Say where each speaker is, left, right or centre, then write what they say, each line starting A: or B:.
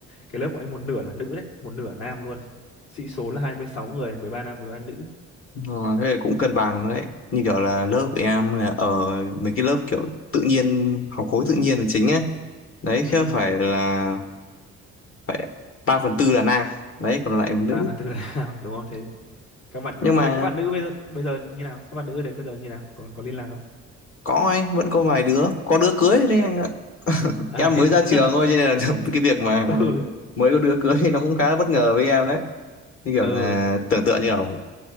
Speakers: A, on the left; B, on the left.
A: cái lớp của anh một nửa là nữ đấy một nửa nam luôn sĩ số là 26 người 13 nam 13 nữ
B: Ờ, thế là cũng cân bằng đấy như kiểu là lớp
A: ừ.
B: em là ở mấy cái lớp kiểu tự nhiên học khối tự nhiên là chính ấy đấy
A: ừ.
B: chứ phải là phải ba phần tư là nam đấy còn lại là nữ
A: 3 phần tư là <laughs> nam đúng không thế các bạn
B: nhưng mà
A: thế các bạn nữ bây giờ bây giờ như nào các bạn nữ ở đấy bây giờ như nào còn có liên lạc không
B: có anh vẫn có vài đứa có đứa cưới đấy anh ạ <laughs>
A: à
B: em
A: thế
B: mới
A: à?
B: ra trường thôi
A: <laughs>
B: cho nên là <laughs> cái việc mà
A: ừ
B: mới có đứa cưới thì nó cũng khá là bất ngờ với em đấy như kiểu
A: ừ
B: là tưởng tượng như kiểu